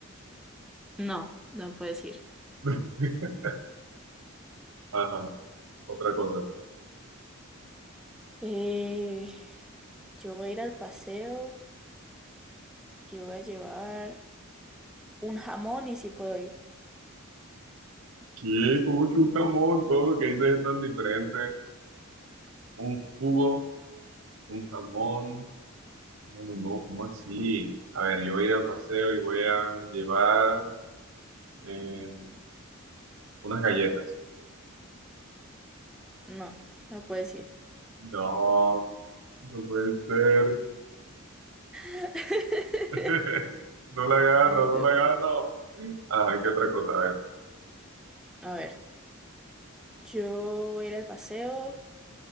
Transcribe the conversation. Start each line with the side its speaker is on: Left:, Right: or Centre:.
Centre: No, no puedes ir.
Right: <laughs> Ajá, otra cosa.
Centre: Eh, yo voy a ir al paseo y voy a llevar un jamón y si puedo ir.
Right: ¿Qué? ¿Cómo que un jamón? Todo lo que dices es tan diferente. Un jugo, un jamón. No, no, no, ¿cómo así? A ver, yo voy a ir al paseo y voy a llevar eh, unas galletas.
Centre: No, no puedes ir.
Right: No, no puede ser.
Centre: <laughs>
Right: <laughs> No la agarro,
Centre: Ay,
Right: no
Centre: no.
Right: la agarro. Ajá, ¿qué otra cosa? A ver,
Centre: A ver, yo voy a ir al paseo